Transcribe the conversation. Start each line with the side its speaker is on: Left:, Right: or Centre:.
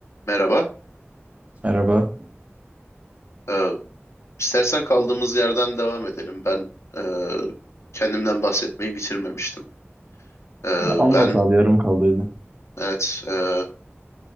Left: Merhaba.
Right: Merhaba.
Left: Ee, istersen kaldığımız yerden devam edelim. Ben e, kendimden bahsetmeyi bitirmemiştim. Ee,
Right: Anlat
Left: ben
Right: abi yarım kaldıydı.
Left: evet e,